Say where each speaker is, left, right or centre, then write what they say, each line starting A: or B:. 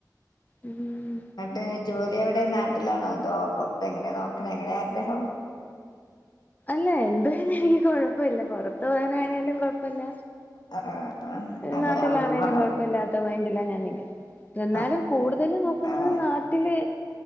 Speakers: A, on the left; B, on the left.
A: ഉം
B: എന്നിട്ട് ജോലി അവി ടെ നാട്ടിലാണോ അതോ പൊറത്ത എങ്ങനെയെ നോക്കണ എങ്ങനെയ ആഗ്രഹം?
A: അല്ല എന്തായാലും എനിക്ക് കൊഴപ്പില്ല പുറത്ത് പോകാനായാലും കുഴപ്പല്ല.
B: ആഹ് ആഹ് അല്ലെ
A: നാട്ടിലാണേലും
B: നമ്മള്
A: കുഴപ്പല്ലാത്ത മൈന്റിലാ ഞാൻ നിക്കുന്ന എന്നാലും
B: ആഹ്
A: കൂടുതല് നോക്കുന്നത്
B: ആഹ്
A: നാട്ടില്